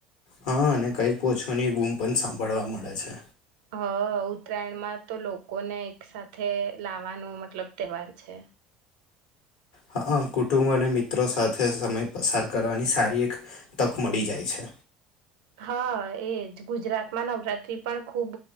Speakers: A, on the left (about 75°); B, on the right (about 70°).
A: હા અને કઈક ઓછોની બૂમ પણ સાંભળવા મળે છે
B: હ ઉત્તરાયણમાં તો લોકોને એક સાથેથે લાવાનું મતલબ તહેવાર છે
A: હ કુટુંબો અને મિત્રો સાથે સમય પસાર કરવાની સારી એક તક મળી જાય છે
B: હા એજ ગુજરાતમાં નવરાત્રી પણ ખૂબ